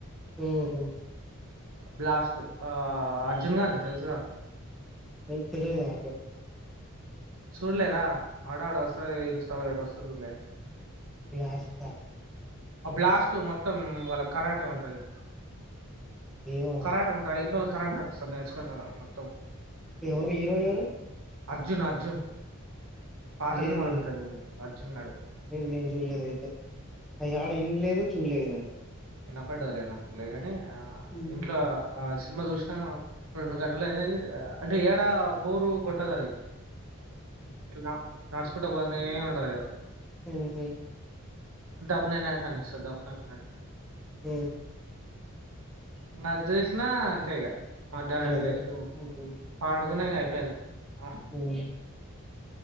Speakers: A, in the centre; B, on the right (about 80°).
A: ఉహా.
B: బ్లాస్ట్ ఆ అర్జున్ గాండి తెలుసుగా.
A: ఎ తెలీదు నాకు.
B: సుడలే రా ఆడ ఆడ వస్త ఇన్స్టాల్ గ వస్తా చూడలే.
A: గ్లాస్ట.
B: ఆ బ్లాస్ట్ మొత్తం వాళ్ళ కరాట ఉంటది
A: ఏమో
B: కరాట
A: మరి
B: ఉం. ఇంట్లో కరాటే వస్తారని నేర్చుకుంటారు మొత్తం.
A: ఎవరు హీరో ఎవరు.
B: అర్జున్ అర్జున్ పాత
A: ఏది
B: సినిమాల్లో ఉంటాడు చూడు అర్జున్ గడు.
A: నేను చూడలేదు అయితే అ ఆడ ఎంలేదు చూడలేదు నేను.
B: ఈనన్నప్పడదులే నాకు లే ని ఆ
A: ఉమ్
B: ఇంట్లో ఆ సినిమా చూసినా. రెండు గంటలు అయినది అంటే ఏడా బోరు కొట్టదు అది. తునా నడుచుకుంటా పోతానే ఉంటాది ఇంకా.
A: ఉహ.
B: బ్ నైనాానిస్త దకు నా క <unintelligible>
A: హ.
B: ఇంకా అది చేసినా అంతే ఇక మధ్యాహ్నం
A: అదే
B: చేసి
A: ఉమ్
B: పాడుకున్న ఇంక అయిపోయింది. ఆ,
A: ఉ.